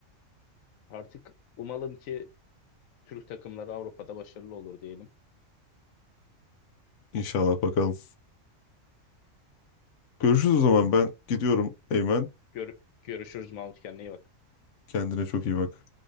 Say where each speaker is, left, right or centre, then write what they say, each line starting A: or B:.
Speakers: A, on the left; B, on the left.
A: artık umalım ki Türk takımları Avrupa'da başarılı olur diyelim.
B: inşallah bakalım. Görüşürüz o zaman ben gidiyorum Eymen.
A: Gör- görüşürüz Mahmut kendine iyi bak.
B: Kendine çok iyi bak.